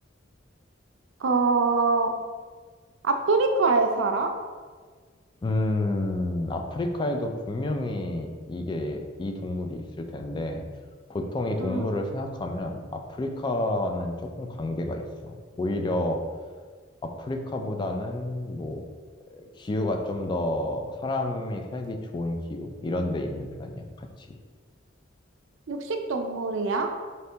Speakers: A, on the right; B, on the left.
A: 어, 아프리카에 살아?
B: 음, 아프리카에도 분명히 이게, 이 동물이 있을 텐데, 보통 이 동물을
A: 음,
B: 생각하면 아프리카는 조금 관계가 있어. 오히려 아프리카보다는 뭐, 기후가 좀 더 사람이 살기 좋은 기후? 이런 데 있는 편이야, 같이.
A: 육식 동물이야?